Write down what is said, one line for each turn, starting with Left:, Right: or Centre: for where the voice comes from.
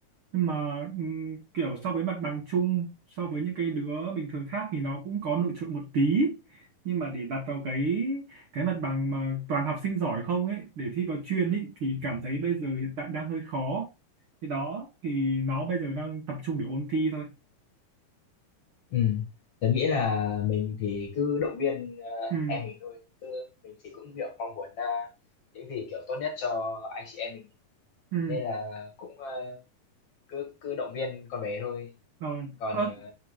Right: nhưng mà ừm, kiểu so với mặt bằng chung so với những cái đứa bình thường khác thì nó cũng có nổi trội một tí nhưng mà để đặt vào cái cái mặt bằng mà toàn học sinh giỏi không ấy để thi vào chuyên ấy thì cảm thấy bây giờ hiện tại đang hơi khó thì đó thì nó bây giờ đang tập trung để ôn thi thôi
Left: Ừm, tớ nghĩ là mình thì cứ động viên, ơ,
Right: ừ
Left: em mình thôi, cứ mình thì cũng, kiểu, mong muốn, a, những gì, kiểu, tốt nhất cho anh chị em mình,
Right: ừ
Left: thế nên là cũng, ơ, cứ cứ động viên con bé thôi.
Right: rồi
Left: Còn,
Right: ơ
Left: ờ